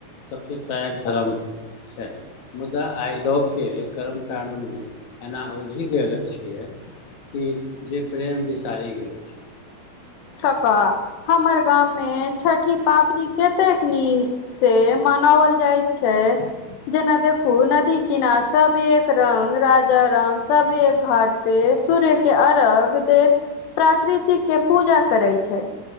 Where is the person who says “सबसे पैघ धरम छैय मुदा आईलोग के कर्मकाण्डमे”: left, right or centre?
Left